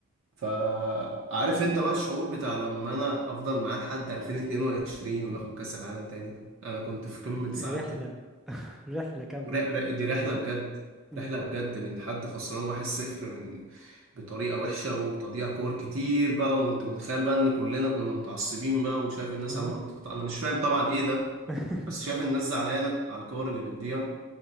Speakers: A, on the right; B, in the centre.
A: فعارف انت بقى الشعور بتاع لما انا افضل معاه لحد 2022 وناخد كاس العالم تاني انا كنت في قمه سعادتي
B: رحله <laughs> رحله كامله
A: ر- ر- دي رحلة بجد
B: مم.
A: رحلة بجد من حد خسران واحد صفر من بطريقة وحشة وتضييع كور كتير بقى وانت متخيل بقى ان كلنا كنا متعصبين بقى وشايف الناس
B: اه
A: عمالة تط- انا مش فاهم طبعا ايه ده
B: <laughs>
A: بس شايف الناس زعلانة على الكور اللي بتضيع